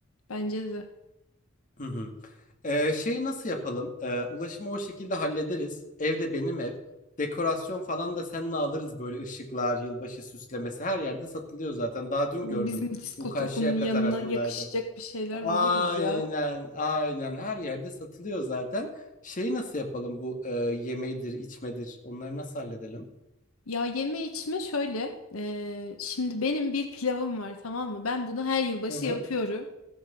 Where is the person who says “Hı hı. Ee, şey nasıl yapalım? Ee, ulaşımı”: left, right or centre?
Left